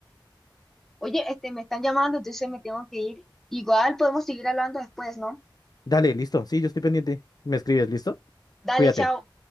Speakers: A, in the centre; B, on the left.
A: Oye, este, me están llamando, entonces me tengo que ir. Igual podemos seguir hablando después, ¿no?
B: Dale, listo, sí, yo estoy pendiente. Me escribes, ¿listo?
A: Dale,
B: Cuídate.
A: chao.